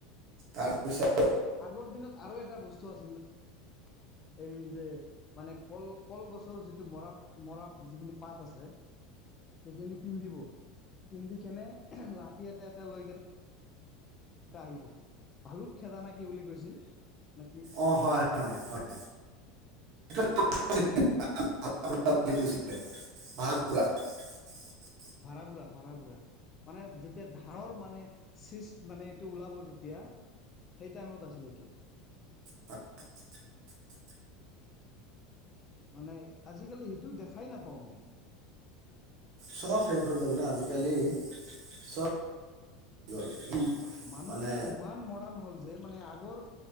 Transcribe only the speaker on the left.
আগৰ দিনত আৰু এটা বস্তু আছিল না এই। যে মানে কল কলগছৰ যিটো মৰা মৰা যিখিনি পাত আছে। সেইখিনি পিন্ধিব পিন্ধি কেনে লাঠি এটা এটা লৈ কেনে। আহিব ভালুক খেদানা কি বুলি কৈছিল। নাকিও।
হা ভাৰা বুৰা, ভাৰা বুৰা। মানে যেতিয়া ধাৰৰ মানে চিষ্ট মানে, এইটো ওলাব যেতিয়া। সেই টাইমত আছিল এইটো।
মানে আজিকালি সেইটো দেখাই নাপাওঁ আমি।
মানুহখিনি
ইমান মডাৰ্ণ হ'ল যে মানে আগ আগৰ